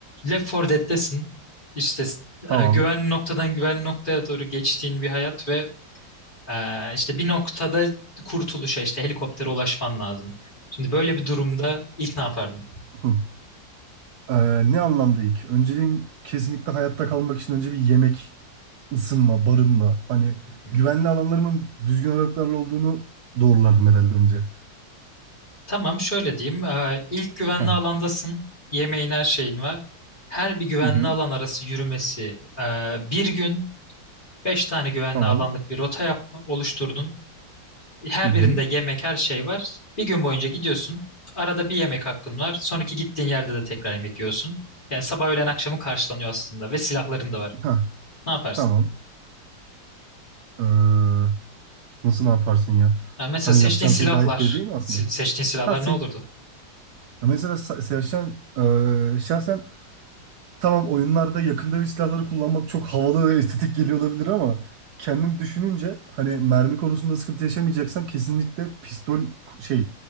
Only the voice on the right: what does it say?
Tamam.
Hı. Ee, ne anlamda ilk? Önceliğim kesinlikle hayatta kalmak için önce bir yemek, ısınma, barınma. Hani
güvenli alanlarımın düzgün aralıklarla olduğunu doğrulardım herhalde önce.
Ha.
Hı hı.
Tamam.
Hı hı.
Ha.
Tamam. Ee, nasıl ne yaparsın ya?
Hani
yapacağım
şey gayet belli değil mi aslında?
Ha, se-
mesela sa- şahsen, ee, şahsen Tamam oyunlarda yakındövüş silahları kullanmak çok havalı ve estetik geliyor olabilir ama kendim düşününce hani mermi konusunda sıkıntı yaşamayacaksam kesinlikle pistol ku- şey